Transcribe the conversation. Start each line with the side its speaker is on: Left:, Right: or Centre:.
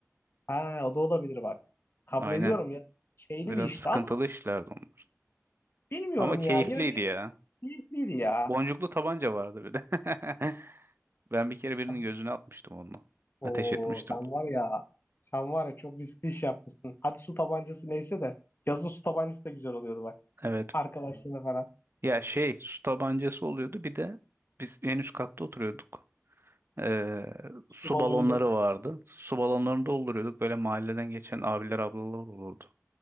Left: Ha, o da olabilir bak. Kabul
Right: Aynen.
Left: ediyorum ya. Şeyli
Right: Biraz
Left: bir işti
Right: sıkıntılı
Left: ama
Right: işlerdi onlar.
Left: bilmiyorum
Right: Ama keyifliydi
Left: ya. Yine de
Right: ya.
Left: keyifliydi ya.
Right: Boncuklu tabanca vardı bir de. <laughs> Ben bir kere birinin
Left: Hadi-
Right: gözüne atmıştım onunla.
Left: Oo
Right: Ateş etmiştim.
Left: sen var ya. Sen var ya çok riskli iş yapmışsın. Hadi su tabancası neyse de. Yazın su tabancası da güzel oluyordu bak. Evet.
Right: Evet.
Left: Arkadaşlarına falan.
Right: Ya şey su tabancası oluyordu. Bir de biz en üst katta oturuyorduk. Ee,
Left: Su
Right: su
Left: balonunda
Right: balonları vardı. Su balonlarını dolduruyorduk. Böyle mahalleden geçen abiler ablalar olurdu.